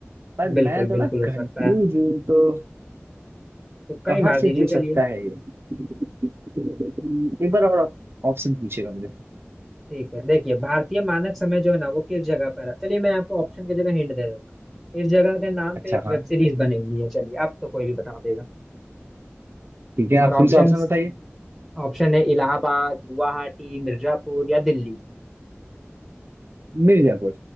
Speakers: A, on the right; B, in the centre.
A: पर
B: बिल्कुल
A: मैं थोड़ा
B: बिल्कुल हो
A: कंफ्यूज
B: सकता है
A: हूँ तो
B: तुक्का
A: कहाँ
B: ही मार
A: से
B: दीजिए
A: हो सकता
B: चलिए
A: है ये हम्म, एक बार और ऑप्शन पूछेगा मुझे
B: ठीक है देखिए भारतीय मानक समय जो है ना वो किस जगह पर है चलिए मैं आपको ऑप्शन की जगह हिंट दे देता हूँ इस जगह के नाम
A: अच्छा
B: पे एक वेब
A: हाँ
B: सीरीज बनी हुई है चलिए अब तो कोई भी बता देगा
A: ठीक है आप
B: और
A: फिर
B: ऑप्शन
A: से ऑप्शन बताइए
B: ऑप्शन है इलाहाबाद गुवाहाटी मिर्जापुर या दिल्ली
A: मिर्जापुर